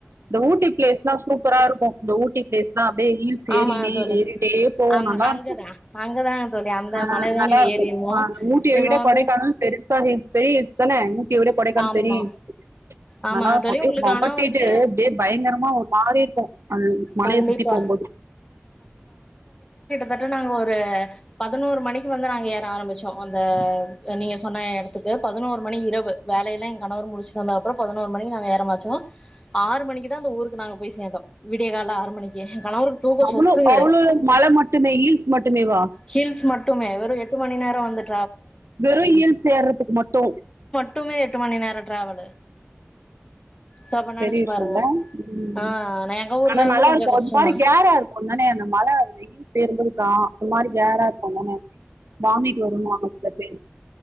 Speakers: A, on the right (about 65°); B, on the left (about 15°).
A: இந்த ஊட்டி ப்ளேஸ்லா சூப்பராருக்கு இந்த ஊட்டி ப்ளேஸ்லா அப்டியே ஹீல்ஸ்
B: ஆமா
A: ஏறின்னே
B: தோழி.
A: ஏறிட்டே போவோ
B: அங்
A: நல்லாருக்கு
B: அங்கதான் அங்கதாங்க தோழி. அந்த
A: ஆ
B: மலைதான்
A: நல்லாருக்கு
B: நாங்க ஏறிருவோம்.
A: ஆ ஊட்டிய
B: இப்ப
A: விட
B: வந்து
A: கொடைக்கானல் பெருசா ஹில்ஸ் பெரிய ஹில்ஸ் தானே ஊட்டிய விட கொடைக்கானல்
B: ஆமா.
A: பெரிய ஹில்ஸ்ஸு
B: ஆமா
A: நாலா
B: தோழி
A: அப்டியே
B: உங்களுக்கு
A: கொமட்டிட்டு
B: ஆனா வந்துட்டு
A: இப்டியே பயங்கரமா ஒரு மாரிருக்கு அது மலைய
B: கண்டிப்பா.
A: சுத்தி போம்போது
B: தட்ட நாங்க ஒரு பதினோரு மணிக்கு வந்து நாங்க ஏற ஆரம்பிச்சோ அந்த நீங்க சொன்ன எடத்துக்கு பதினோரு மணி இரவு வேலையெல்லா எ கணவர் முடிச்சுட்டு வந்தா அப்பறோ பதினோரு மணிக்கு நா ஏறமாச்சோ ஆறு மணிக்கு தா அந்த ஊருக்கு நாங்க போய் சேந்தோ விடிய காலைல ஆறு மணிக்கு கணவருக்கு தூக்கோ
A: அவ்ளோ
B: சொக்குது
A: அவ்ளோ மல மட்டுமே ஹீல்ஸ் மட்டுமேவா
B: ஹில்ஸ் மட்டுமே வெறு எட்டு மணி நேரோ வந்துட்
A: வெறு ஹில்ஸ் ஏறத்துக்கு மட்டு
B: ட்டுமே எட்டு மணி நேரோ டிராவலு சோ அப்ப நெனச்சு
A: பெரிய விஷ்யோல்ல
B: பாருங்க
A: ம் ம்
B: ஆ எங்க ஊர்ல
A: ஆனா
B: இருந்து
A: நல்லாருக்கு
B: கொஞ்சோ கஷ்டந்தா
A: ஒரு மாரி கேராருக்கும் தானே அந்த மல வெயில் சேர்ந்துருக்கு ஒரு மாரி கேராருக்கு தான வாமிட் வருமா சில பேருக்